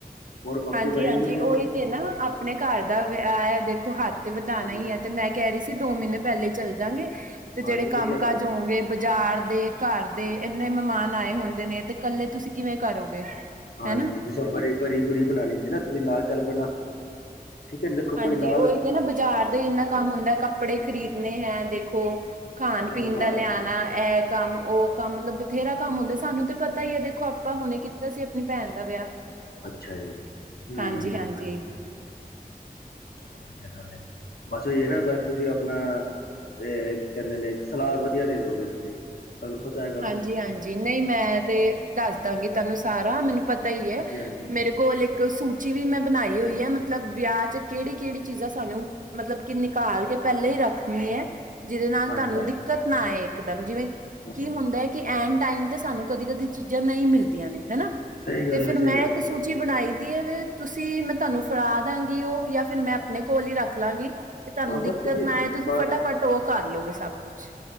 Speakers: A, on the left; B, on the right.
A: ਹੋਰ ਬਾਕੀ
B: ਹਾਂਜੀ-ਹਾਂਜੀ
A: ਬੜੀ ਬੁਰੀ
B: ਉਹੀ ਤੇ ਨਾ ਆਪਨੇ ਘਰ ਦਾ ਵੇ, ਐ ਦੇਖੋ ਹੱਥ ਵਦਾਨਾ
A: ਹਾਂਜੀ
B: ਈ ਐ। ਤੇ ਮੈਂ ਕਹਿ ਰਹੀ ਸੀ, ਦੋ ਮਹੀਨੇ ਪਹਿਲੇ ਚੱਲ ਜਾਂਵਾਗੇ ਤੇ ਜਿਹੜੇ
A: ਹਾਂਜੀ
B: ਕੰਮ
A: ਵਧੀਆ ਗੱਲ
B: ਕਾਜ
A: ਹੈ
B: ਹੋਂਗੇ ਬਾਜ਼ਾਰ ਦੇ, ਘਰ ਦੇ,
A: ਹਾਂਜੀ
B: ਇੰਨੇ ਮਹਿਮਾਨ ਆਏ ਹੁੰਦੇ ਨੇ ਤੇ ਕੱਲੇ ਤੁਸੀ ਕਿਵੇਂ ਕਰੋਗੇ?
A: ਹਾਂਜੀ,
B: ਹਨਾ
A: ਦਿਸੰਬਰ 'ਚ ਵਰੀ ਵੂਰੀ ਬਣਾਉਣੀ ਹੁੰਦੀ ਨਾ, ਤੁਸੀ ਨਾਲ ਚੱਲ ਪੈਣਾ। ਠੀਕ ਹੈ ਦੇਖੋ
B: ਹਾਂਜੀ,
A: ਕੋਈ ਨਾਲ
B: ਓਈ ਤੇ ਨਾ ਬਾਜ਼ਾਰ ਦਾ ਈ ਇੰਨਾ ਕੰਮ ਹੁੰਦਾ ਕੱਪੜੇ
A: ਹਾਂਜੀ
B: ਖਰੀਦਨੇ, ਹੈਂ ਦੇਖੋ ਖਾਨ-ਪੀਣ
A: ਹਾਂਜੀ ਹਾਂਜੀ
B: ਦਾ ਲਿਆਉਣਾ ਐ ਕਾਮ, ਓਹ ਕੰਮ ਮਤਲਬ ਬਥੇਰਾ ਕੰਮ ਹੁੰਦਾ, ਸਾਨੂੰ ਤੇ ਪਤਾ ਈ ਏ, ਦੇਖੋ ਆਪਾ ਹੁਣੇ ਕੀ ਤੇ ਅਸੀ ਅਪਣੀ ਭੈਨ ਦਾ ਵਿਆਹ
A: ਅੱਛਾ ਜੀ, ਹੂੰ।
B: ਹਾਂਜੀ-ਹਾਂਜੀ
A: ਚਲੋ ਵਧੀਆ ਗੱਲ ਏ, ਬੱਸ ਏ ਐਨਾ ਬੱਸ ਤੁਸੀ ਅਪਣਾ ਤੇ ਕੀ ਕਹਿੰਦੇ ਨੇ, ਸਲਾਹ ਵਧੀਆ ਦੇਦੋਗੇ ਤੁਸੀ ਤੁਹਾਨੂੰ ਪਤਾ ਹੈ।
B: ਹਾਂਜੀ ਹਾਂਜੀ ਨਹੀਂ ਮੈਂ ਤੇ ਦੱਸ ਦਾਂਗੀ ਤੁਹਾਨੂੰ ਸਾਰਾ ਮੈਨੂੰ ਪਤਾ ਹੀ ਹੈ।
A: ਹਾਂਜੀ
B: ਮੇਰੇ ਕੋਲ ਇੱਕ ਸੂਚੀ ਵੀ ਮੈਂ ਬਣਾਈ ਹੋਈ ਹੈ ਮਤਲਬ ਵਿਆਹ ਚ ਕਿਹੜੀ ਕਿਹੜੀ ਚੀਜ਼ਾਂ ਸਾਨੂੰ ਮਤਲਬ ਕਿ ਨਿਕਾਲ ਕੇ ਪਹਿਲਾਂ ਹੀ ਰੱਖਣੀ ਹੈ। ਜਿਹਦੇ ਨਾਲ
A: ਹਾਂਜੀ
B: ਤੁਹਾਨੂੰ ਦਿੱਕਤ ਨਾ ਆਏ ਇੱਕਦਮ ਜਿਵੇਂ
A: ਹੂੰ
B: ਕੀ ਹੁੰਦਾ ਹੈ। ਤੇ ਐਨ ਟਾਈਮ ਤੇ ਸਾਨੂੰ ਕਦੀ ਕਦੀ ਚੀਜ਼ਾਂ ਨਹੀਂ ਮਿਲਦੀਆਂ ਨੇ ਹਨਾ
A: ਸਹੀ
B: ਤੇ
A: ਗੱਲ
B: ਫੇਿਰ
A: ਹੈ
B: ਮੈਂ
A: ਸਹੀ ਗੱਲ
B: ਇੱਕ ਸਕੂਲ ਸੂਚੀ ਬਣਾਈ ਦੀ ਹੈ ਵੀ ਤੁਸੀਂ ਮੈਂ ਤੁਹਾਨੂੰ ਫੜਾ ਦਾਂਗੀ ਉਹ ਜਾਂ ਫਿਰ ਮੈਂ ਆਪਣੇ ਕੋਲ ਹੀ ਰੱਖ ਲਵਗੀ। ਕਿ ਤੁਹਾਨੂੰ
A: ਹਾਂ
B: ਦਿੱਕਤ
A: ਬਸ
B: ਨਾ ਆਏ ਤੁਸੀਂ
A: ਬਸ
B: ਫਟਾਫਟ ਉਹ ਕਰ ਲੋ ਗੇ ਸਭ ਕੁੱਛ